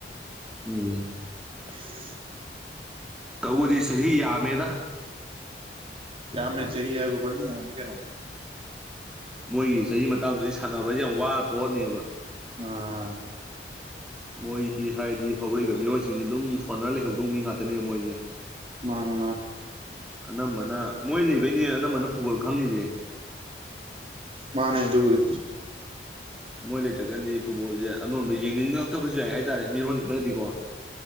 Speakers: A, in the centre; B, on the right.
A: ꯎꯝ
B: ꯍ <unintelligible>
A: ꯇꯧꯗꯤ ꯆꯍꯤꯍꯤ ꯌꯥꯃꯦꯗ
B: ꯀ ꯑꯃ ꯆ ꯆꯍꯤ ꯍꯥꯏꯕꯨ ꯐꯣꯅꯤ ꯍꯥꯃꯤ ꯀꯩꯅꯣ
A: ꯃꯣꯏꯒꯤ ꯆꯍꯤ ꯃꯇꯥꯡꯗꯨꯗꯤ ꯁꯥꯟꯅꯕꯁꯦ ꯌꯥꯝ ꯋꯥꯅ ꯊꯣꯛꯑꯅꯦꯕ
B: ꯎꯝ
A: ꯃꯣꯏꯗꯤ ꯍꯥꯏꯗꯤ ꯍꯧꯔꯛꯏꯕ ꯃꯤꯑꯣꯏꯁꯤꯡꯁꯤ ꯑꯗꯨꯝ ꯁꯣꯟꯅꯔ ꯂꯩꯍꯧꯗꯧꯕ ꯃꯤ ꯉꯥꯛꯇꯅꯦ ꯃꯣꯏꯁꯦ
B: ꯃꯥꯅꯦ ꯃꯥꯅꯦ
A: ꯑꯅꯝꯕꯅ ꯃꯣꯏ ꯂꯩꯕꯩꯅꯦ ꯑꯅꯝꯕꯅ ꯐꯨꯠꯕꯣꯜ ꯈꯪꯉꯁꯦ
B: ꯃꯥꯅꯦ ꯑꯗꯨꯗꯤ
A: ꯃꯣꯏ ꯂꯩꯇ꯭ꯔꯒꯗꯤ ꯐꯨꯠꯕꯣꯜꯁꯦ ꯑꯃꯔꯣꯝꯗ ꯌꯦꯡꯅꯤꯡꯂꯛꯇꯕꯁꯨ ꯌꯥꯏ ꯍꯥꯏꯇꯥꯔꯦ ꯃꯤꯔꯣꯟ ꯈꯔꯗꯤꯀꯣ